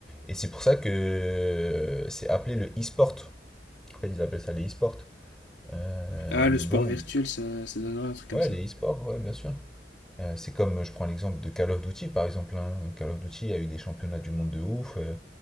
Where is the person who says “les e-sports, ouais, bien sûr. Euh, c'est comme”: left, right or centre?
Centre